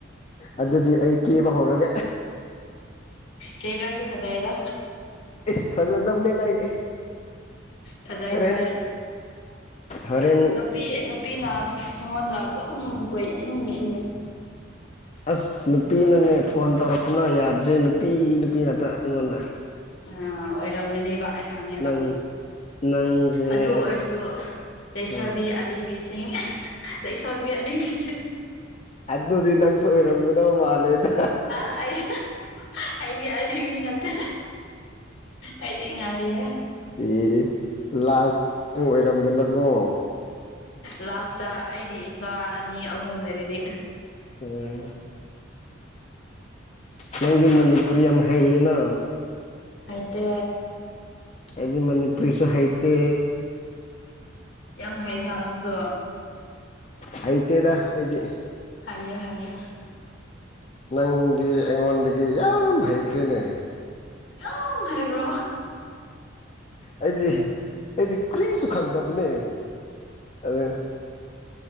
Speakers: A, on the left; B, on the left.
A: ꯑꯗꯨꯗꯤ ꯑꯩ ꯀꯦꯕ ꯍꯧꯔꯒꯦ
B: ꯀꯦꯗ꯭ꯔꯁꯨ ꯐꯖꯩꯗ
A: ꯏꯁ- ꯐꯖꯗꯕꯅꯤꯗ ꯑꯩꯗꯤ
B: ꯐꯖꯩ
A: ꯍꯣꯔꯦꯟ
B: ꯐꯖꯩ
A: ꯍꯣꯔꯦꯟ
B: ꯅꯨꯄꯤ ꯅꯨꯄꯤꯅ ꯅꯉꯣꯟꯗ ꯑꯗꯨꯝ ꯀꯣꯏ ꯏꯟ ꯏꯉꯅꯩ
A: ꯑꯁ ꯅꯨꯄꯤꯅꯅꯦ ꯐꯣꯟ ꯇꯧꯔꯛꯄꯅ ꯌꯥꯗ꯭ꯔꯦ ꯅꯨꯄꯤ ꯅꯨꯄꯤ ꯉꯥꯛꯇ ꯑꯩꯉꯣꯟꯗ
B: ꯑ ꯑꯣꯏꯔꯝꯒꯅꯦꯕ ꯑꯩ ꯈꯪꯉꯦꯕ
A: ꯅꯪ ꯅꯪꯁꯦ
B: ꯑꯗꯨ ꯑꯣꯏꯔꯁꯨ
A: ꯑꯁ
B: ꯂꯩꯁꯕꯤ
A: ꯑ
B: ꯑꯔꯤꯕꯤ ꯑꯩ ꯂꯩꯁꯥꯕꯤ ꯑꯔꯤꯕꯤ
A: ꯑꯗꯨ ꯑꯗꯨꯗꯤ ꯅꯪꯁꯨꯑꯣꯏꯔꯝꯒꯗꯕ ꯃꯥꯜꯂꯦꯗ
B: ꯑꯩ ꯑꯩꯗꯤ ꯑꯔꯤꯕꯤ ꯅꯠꯇꯦ ꯑꯩꯗꯤ ꯉꯜꯂꯤꯑꯦ
A: ꯑꯦ ꯂꯥꯁꯇ ꯅꯪ ꯑꯣꯏꯔꯝꯗꯅꯀꯣ
B: ꯂꯥꯁꯇ ꯑꯩꯒꯤ ꯏꯆꯥ ꯑꯅꯤ ꯑꯍꯨꯝ ꯂꯩꯔꯗꯤ
A: ꯎꯝ ꯅꯪꯗꯤ ꯃꯅꯤꯄꯨꯔꯤ ꯌꯥꯝ ꯍꯩꯌꯦꯅ
B: ꯍꯩꯇꯦ
A: ꯑꯩꯗꯤ ꯃꯅꯤꯄꯨꯔꯤꯁꯨ ꯍꯩꯇꯦ
B: ꯌꯥꯝ ꯍꯩꯅ ꯅꯪꯁꯨ
A: ꯍꯩꯇꯦꯗ ꯑꯩꯗꯤ
B: ꯍꯩꯌꯦ ꯍꯩꯌꯦ
A: ꯅꯪꯗꯤ ꯑꯩꯉꯣꯟꯗꯒꯤ ꯌꯥꯝ ꯍꯩꯈ꯭ꯔꯦꯅꯦ
B: ꯌꯥꯝ ꯍꯩꯕ꯭ꯔꯣ
A: ꯑꯩꯗꯤ ꯑꯩꯗꯤ ꯀꯔꯤꯁꯨ ꯈꯪꯗꯕꯅꯦ ꯑꯗꯨ